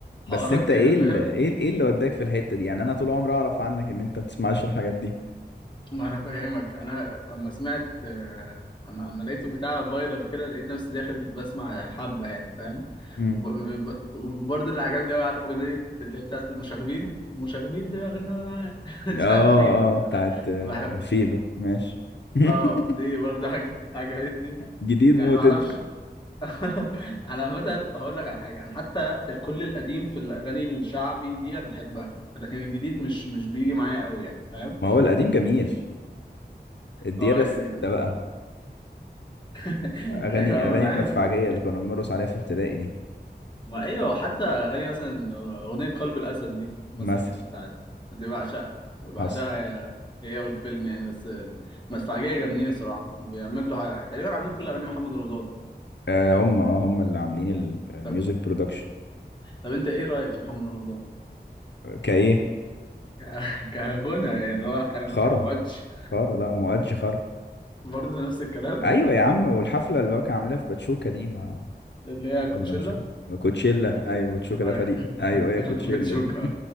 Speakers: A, on the left (about 25°); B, on the left (about 85°).
A: وحوارات
B: بس انت ايه
A: كده فاهم
B: ال... ايه ال- ايه اللي وداك في الحتة دي يعني انا طول عمري اعرف عنك ان انت ما بتسمعش الحاجات دي
A: ما انا فاهمك انا اما سمعت آه، اما اما لقيت البتاع فايرال كده لقيت نفسي داخل بسمع حبه يعني فاهم
B: امم
A: وب- ب- ب- وبرضه اللي عجبني قوي عارف اغنيه اللي هي بتاعت مشاغبين مشاغبين دماغنا ولا <laughs> مش
B: اه
A: عارف ايه لا
B: اه بتاعت آه،
A: بحب
B: فيلو ماشي <laughs>
A: اه دي برضه حاجه عجبتني
B: جديد
A: يعني
B: موت
A: ما اعرفش
B: انت
A: <laughs> انا مثلا هقول لك على حاجه انا حتى كل القديم في الاغاني الشعبي دي انا بحبها لكن الجديد مش مش بيجي معايا قوي يعني فاهم
B: ما هو القديم جميل الديابة
A: اه
B: الستة
A: يعني
B: بقى
A: <laughs>
B: اغاني
A: ايوه أيوة،
B: اغاني
A: انا
B: المدفعجية
A: عارف
B: اللي كنا بنرقص عليها في ابتدائي دي
A: ما ايوه حتى اغاني مثلا اغنيه قلب الاسد دي مثلا
B: مثلا
A: بتاعت دي بعشقها بعشقها
B: حصل
A: هي هي والفيلم يعني بس المدفعجيه جامدين الصراحه بيعملوا حاجة. تقريبا عاملين كل اغاني محمد رمضان
B: آه هم آه، هم اللي عاملين ال- الميوزك
A: طب,
B: برودكشن
A: طب انت ايه رايك في محمد رمضان
B: كايه
A: ك- <laughs> كغنى يعني اللي هو كان
B: خارة
A: كمؤدش
B: خارة لا مؤدش خارة
A: <laughs> برضه نفس الكلام
B: ايوه يا عم والحفلة اللي هو كان عاملها في باتشوكا دي ما
A: اللي هي كوتشيلا
B: ولا مش عارف كوتشيلا ايوه باتشوكا
A: ايوه
B: ده فريق ايوه هي كوتشيلا
A: <laughs> بتشوكها
B: دي